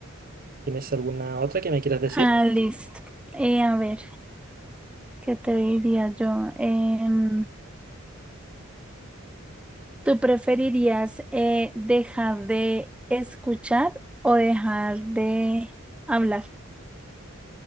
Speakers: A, on the right; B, in the centre.
A: ¿Tienes alguna otra que me quieras decir?
B: Ah, listo. Eh, a ver, ¿qué te diría yo? Em, ¿tú preferirías eh, dejar de escuchar o dejar de hablar?